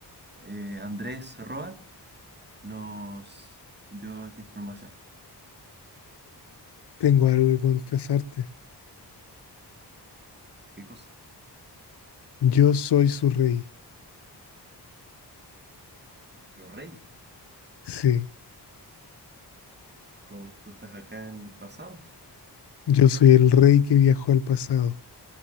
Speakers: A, on the right; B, on the left.
A: eh, Andrés Roa nos dio esta información.
B: Tengo algo que confesarte.
A: ¿Qué cosa?
B: Yo soy su rey.
A: Nuestro rey,
B: Sí.
A: como tú estás acá en el pasado,
B: Yo soy el rey que viajó al pasado,